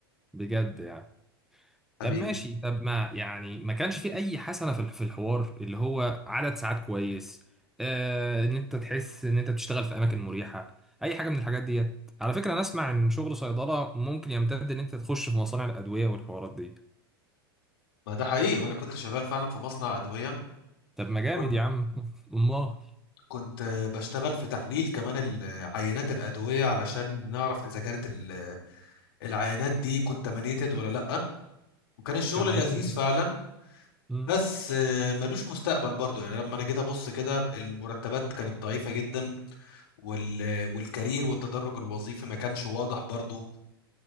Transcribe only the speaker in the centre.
بجد يعني
طب ماشي طب ما يعني ما كانش في اي حسنه في في الحوار اللي هو عدد ساعات كويس آه ان انت تحس ان انت بتشتغل في اماكن مريحه اي حاجه من الحاجات ديت على فكره انا اسمع ان شغل صيدله ممكن يمتد ان انت تخش في مصانع الادويه والحوارات دي
طب ما جامد
يا عم <laughs> امال
طب ما
جامد ده
مم.